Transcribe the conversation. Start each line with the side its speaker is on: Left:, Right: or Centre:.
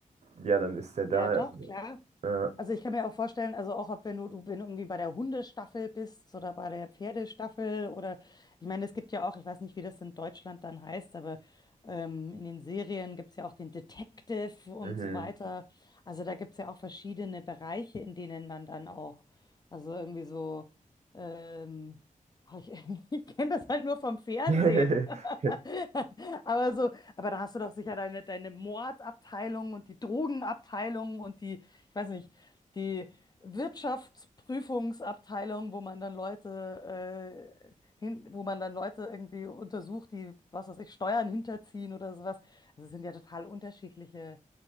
Right: äh, ja, dann ist er da.
Left: Ja, doch, klar.
Right: Äh,
Left: Also ich kann mir auch vorstellen, also auch ob wenn du, du wenn du irgendwie bei der Hundestaffel bist oder bei der Pferdestaffel oder ich meine, es gibt ja auch, ich weiß nicht, wie das in Deutschland dann heißt, aber ähm, in den Serien gibt es ja auch den Detective und
Right: mhm.
Left: so weiter. Also da gibt es ja auch verschiedene Bereiche, in denen man dann auch, also irgendwie so, ähm, oh, ich, <laughs> ich kenne das halt nur vom Fernsehen.
Right: <laughs>
Left: <laughs> Aber so, aber da hast du doch sicher deine, deine Mordabteilung und die Drogenabteilung und die, ich weiß nicht, die Wirtschaftsprüfungsabteilung, wo man dann Leute, äh, hin, wo man dann Leute irgendwie untersucht, die, was weiß ich, Steuern hinterziehen oder sowas. Also es sind ja total unterschiedliche,